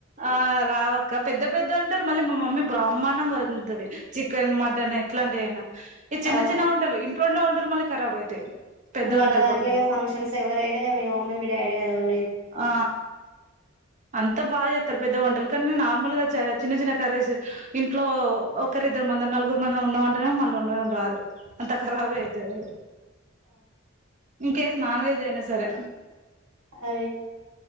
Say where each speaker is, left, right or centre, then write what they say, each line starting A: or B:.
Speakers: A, on the right (about 35°); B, on the right (about 75°).
A: ఆ రావక్క పెద్ద పెద్ద వంటలు మళ్ళీ మా మమ్మీ బ్రాహ్మాణంగ వండుతది చికెన్ మటన్ అయి ఎట్లాంటివి అయినా ఈ చిన్న
B: అవును
A: చిన్న వంటలు ఇంట్లో ఉన్న వంటలు మళ్ళీ ఖరాబ్ అయితాయి పెద్ద
B: మన
A: వంటలు
B: దాంట్లో
A: పక్కన
B: ఇగ
A: పెడితే
B: ఫంక్షన్స్ ఎవ్వరైనా గాని మి మమ్మీ మీ డాడీ కదండి
A: ఆ అంత బగా చేస్తారు పెద్ద వంటలు కానీ నార్మల్ గా చిన్న చిన్న కర్రీస్ ఇంట్లో ఒకరి మ నలుగురు మంది ఉన్న అంటేనే మళ్ళీ వండడం రాదు అంత ఖరాబే అయితది ఇంకేస్ నాన్ వెజ్ అయిన సరే
B: అరేయ్